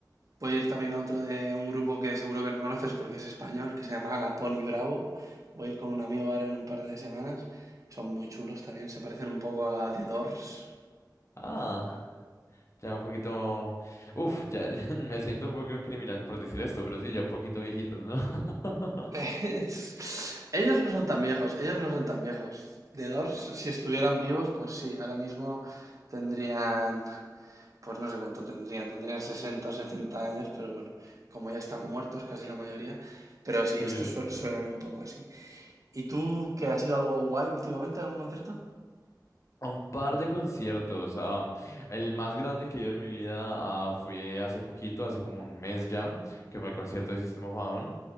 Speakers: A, on the right; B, on the left.
A: voy a ir también a otro de un grupo que seguro que no conoces porque es español, que se llama Pony Bravo. Voy a ir con un amigo ahora en un par de semanas. Son muy chulos también, se parecen un poco a The Doors.
B: Ah. Ya un poquito, uf, ya <laughs> me siento un poco criminal por decir esto, pero sí, ya un poquito viejitos, ¿no? <laughs>
A: <laughs> Es- Ellos no son tan viejos, ellos no son tan viejos. The Doors, si estuvieran vivos, pues sí, ahora mismo tendrían Pues no sé cuánto tendrían, tendrían 60 o 70 años, pero bueno, como ya están muertos casi la mayoría, pero sí,
B: Sí,
A: estos sue-
B: sí.
A: suenan un poco así. ¿Y tú qué ha sido algo guay últimamente, algún concierto?
B: A un par de conciertos. am, el más grande que he ido en mi vida ah, fue hace poquito, hace como un mes ya, que fue el concierto de System of a Down.